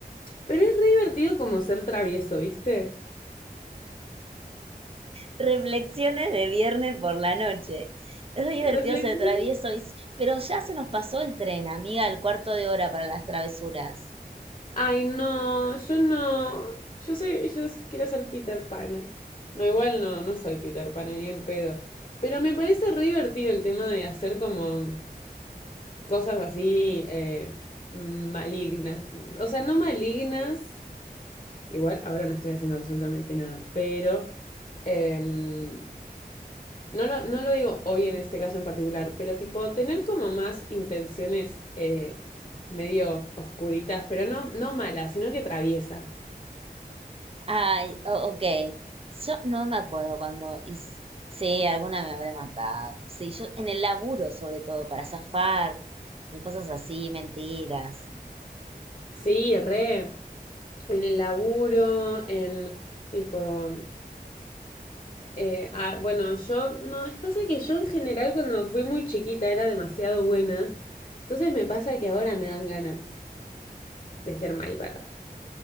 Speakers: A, on the left; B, on the right.
A: pero es re divertido como ser travieso, ¿viste?
B: Reflexiones de viernes por la noche. Es re divertido
A: Reflexión.
B: ser travieso, y- pero ya se nos pasó el tren, amiga, el cuarto de hora para las travesuras.
A: Ay, no, yo no. Yo soy, yo s- quiero ser Peter Pan. No, igual no, no soy Peter Pan, ni en pedo. Pero me parece re divertido el tema de hacer como cosas así eh, malignas. O sea, no malignas, igual ahora no estoy haciendo absolutamente nada, pero em, no, lo, no lo digo hoy en este caso en particular, pero tipo tener como más intenciones eh, medio oscuritas, pero no, no malas, sino que traviesas.
B: Ay, o- ok. Yo no me acuerdo cuando... hice- Sí, alguna me habré mandado. Sí, yo en el laburo sobre todo, para zafar, con cosas así, mentiras.
A: Sí, re, en el laburo, en tipo, Eh, ah, bueno, yo, no, es pasa que yo en general cuando fui muy chiquita era demasiado buena, entonces me pasa que ahora me dan ganas de ser malvada.